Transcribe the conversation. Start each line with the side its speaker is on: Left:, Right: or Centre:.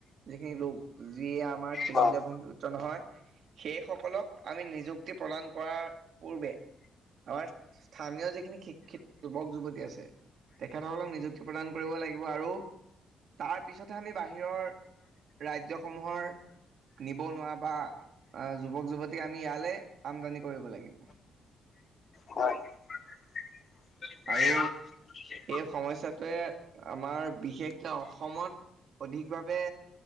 Right: যিখিনি লোক যিয়ে আমাৰ খিলঞ্জীয়া
Left: হয়।
Right: ভূমি পুত্ৰ নহয়। সেইসকলক আমি নিযুক্তি প্ৰদান কৰাৰ পূৰ্বে <unintelligible> স্থানীয় যিখিনি শিক্ষিত যুৱক-যুৱতী আছে তেখেতসকলক নিযু প্ৰদান কৰিব লাগিব আৰু তাৰ পিছতহে আমি বাহিৰৰ ৰাজ্যসমূহৰ নিবনুৱা বা আ যুৱক-যুৱতী আমি ইয়ালে আমদানি কৰিব লাগিব।
Left: হয়। হয়
Right: আৰু
Left: হয়
Right: এই সমস্যাটোৱে আমাৰ বিশেষকে অসমত অধিকভাৱে